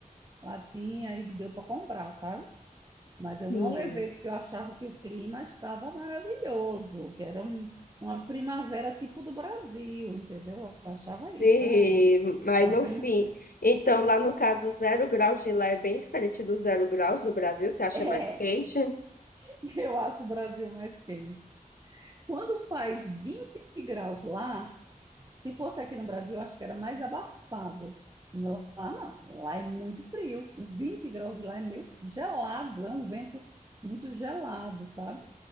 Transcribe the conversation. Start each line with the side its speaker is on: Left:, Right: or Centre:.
Right: Lá tinha e deu para comprar, sabe? Mas eu
Left: Sim.
Right: não levei porque eu achava que o clima estava maravilhoso, que era um- uma primavera tipo do Brasil, entendeu? Eu achava isso,
Left: Sim,
Right: ah, uma,
Left: mas
Right: uma
Left: no
Right: primavera.
Left: fim. Então, lá no caso, zero graus de lá é bem diferente do zero graus do Brasil, você acha
Right: <laughs>
Left: mais quente?
Right: <laughs> Eu acho o Brasil mais quente. Quando faz 20 graus lá, se fosse aqui no Brasil, eu acho que era mais abafado. Lá não, lá é muito frio. O 20 graus de lá é meio gelado, é um vento muito gelado, sabe?